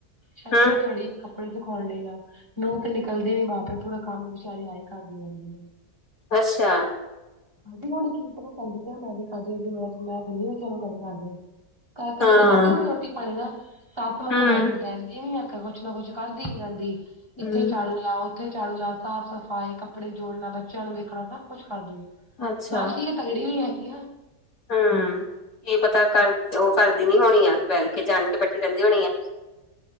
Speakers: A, on the right; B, on the left.
A: ਛੱਤ
B: ਹੂੰ
A: ਤੇ ਚੜੀ ਆੜ। ਕੱਪੜੇ ਸੇਕੋਣ ਡਈ ਆ। ਆ ਨੂੰਹ ਤੇ ਨਿਕਲਦੀ ਬਾਹਰ ਪੂਰਾ ਕੰਮ ਵਿਚਾਰੀ ਆ ਹੀ ਕਰਦੀ ਰਹਿੰਦੀ ਆ।
B: ਅੱਛਾ।
A: ਕਦੀ ਹੁਣ ਕੀ ਤਰ੍ਹਾਂ ਕਹਿੰਦੀ ਪ ਮੈਂ ਵੀ ਕਰਦੀ ਮੈਂ ਤੇ ਨੀ ਵੇਖਿਆ ਕਦੇ ਕਰਦੇ। ਕਦੇ
B: ਹਾਂ
A: ਤਾਂ ਕਰਦੀ ਹੁਣ ਰੋਟੀ ਪਾਣੀ ਦਾ। ਸੱਸ ਮਤਲਬ
B: ਹੂੰ
A: ਬੈਠੀ ਬਹਿੰਦੀ ਨੀ ਜਾਂ ਕੁੱਛ ਨਾ ਕੁਛ ਕਰਦੀ। ਜਾਂਦੀ। ਇੱਥੇ
B: ਹੂੰ
A: ਝਾੜੂ ਲਾਓ। ਉੱਥੇ ਝਾੜੂ ਲਾ ਤਾ। ਸਾਫ਼ ਸਫ਼ਾਈ ਕੱਪੜੇ ਜੋੜਨਾ ਬੱਚਿਆਂ ਨੂੰ ਵੇਖਣਾ ਸਭ ਕੁਛ ਕਰਦੀ ਹੈ।
B: ਅੱਛਾ।
A: ਨਾਲ ਠੀਕ ਤਗੜੀ ਵੀ ਹੈਗੀ ਆ।
B: ਹਮ, ਇਹ ਪਤਾ ਕਰ ਤੇ ਉਹ ਕਰਦੀ ਨੀ ਹੋਣੀ ਆ। ਬੈਡ ਤੇ ਜਾਣ ਕੇ ਬੈਠੀ ਰਹਿੰਦੀ ਹੋਣੀ ਆ।